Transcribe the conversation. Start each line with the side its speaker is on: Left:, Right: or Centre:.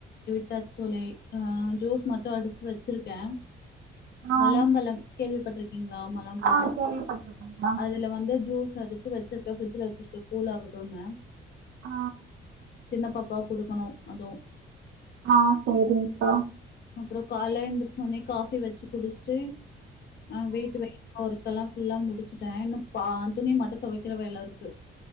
Left: ட்டாச்சு தோழி அ ஜுஸ் மட்டு அடிச்சு வச்சிருக்கே
Right: ஆ
Left: மொலாம்பலம் கேள்விபட்டிருக் கீங்களா மொலாம்பழம்
Right: ஆ கேள்விப்பட்ருக்கேங்க்கா
Left: அதுல வந்து ஜூஸ் கஅடிச்சு வச்சிருக்கே ஃபிரிட்ஜுல வச்சிரு கு கூலாகட்டும்னு
Right: ஆ
Left: சின்ன பாப்பாக்கு கொடுக்கணு அது
Right: ஆ சேரிங்க்கா
Left: அப்பறோ கால்ல எந்திரிச்ச உன்னே காஃபி வச்சு குடிச்சுட்டு ஆ வீட்டு வெய் ஒர்க்கல்லா ஃபுல்லா முடிச்சுட்டே இன்னு பா துணி மட்டு துவைக்கிற வேல இருக்கு